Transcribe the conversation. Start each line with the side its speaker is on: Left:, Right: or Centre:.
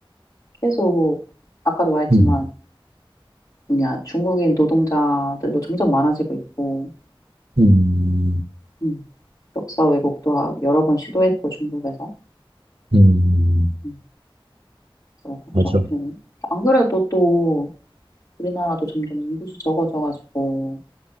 Left: 계속, 아까도 말했지만,
Right: 음,
Left: 뭐냐, 중국인 노동자들도 점점 많아지고 있고,
Right: 음,
Left: 음, 역사 왜곡도 하- 여러 번 시도했고, 중국에서.
Right: 음,
Left: 음, 그래서 걱정이
Right: 맞아.
Left: 되네. 안 그래도 또, 우리나라도 점점 인구수 적어져가지고,